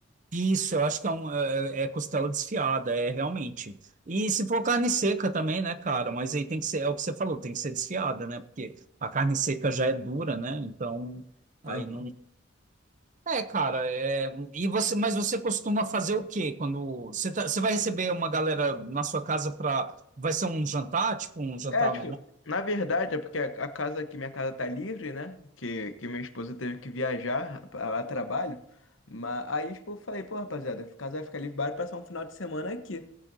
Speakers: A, on the right; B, on the left.
A: Isso, eu acho que é, um, é, é costela desfiada, é realmente. E se for carne seca também, né, cara? Mas aí tem que ser, é o que você falou, tem que ser desfiada, né? Porque a carne seca já é dura, né? Então, aí
B: Aham.
A: não É, cara, é, e você, mas você costuma fazer o quê quando você, tá- você vai receber uma galera na sua casa para, vai ser um jantar, tipo um jantar
B: É, tipo,
A: normal?
B: na verdade é porque a, a casa aqui minha casa tá livre, né? Que que minha esposa teve que viajar a, a- a trabalho. Mas aí, tipo, eu falei, pô, rapaziada, a casa vai ficar livre, bora passar um final de semana aqui.